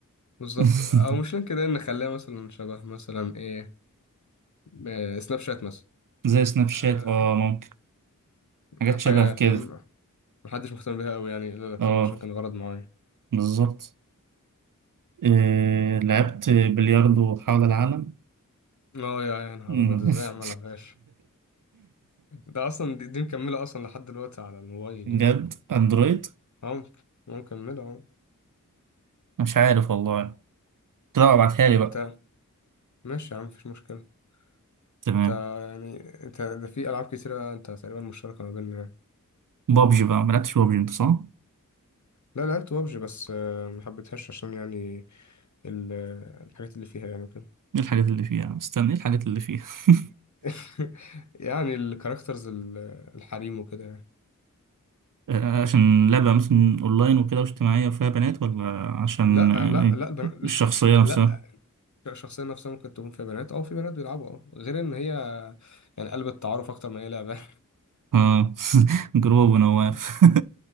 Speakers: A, on the left; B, on the right.
A: بالظبط
B: <laughs>
A: او مش كده ان نخليها مثلا شبه مثلا ايه آه، سناب شات مثلا
B: زي سناب شات
A: آه،
B: اه ممكن حاجات
A: حاجة
B: شبه كده
A: فاهم محدش مهتم بيها قوي يعني الا لو
B: اه
A: كان عشان كان غرض معين
B: بالظبط آه لعبت بلياردو حول العالم
A: اه يا يا نهار
B: <laughs>
A: ابيض ازاي اعملها فاش ده اصلا دي, دي مكمله اصلا لحد دلوقتي على الموبايل
B: بجد
A: يعني
B: اندرويد
A: اهو اهو مكمله اهو
B: مش عارف والله لا ابعتها لي بقى
A: انت ماشي يا عم مفيش مشكله
B: تمام
A: انت يعني انت ده في العاب كتيره انت تقريبا مشتركه ما بيننا يعني
B: بابجي بقى ملعبتش بابجي انت صح؟
A: لا لعبت بابجي بس آه، ما حبيتهاش عشان يعني ال- الحاجات اللي فيها يعني وكده
B: ايه الحاجات اللي فيها؟ استنى ايه الحاجات اللي فيها؟ <laughs>
A: <laughs> يعني الكاركترز ال- الحريم وكده يعني
B: آه، عشان لعبة مثلا اونلاين وكده واجتماعية وفيها بنات ولا عشان
A: لا
B: آه،
A: لا لا البنات
B: الشخصية
A: <laughs>
B: نفسها؟
A: لا الشخصيه نفسها ممكن تكون فيها بنات او في بنات بيلعبوا اه غير ان هي يعني قلب التعارف اكتر ما هي لعبه
B: اه <laughs> جروب ونواف
A: <laughs>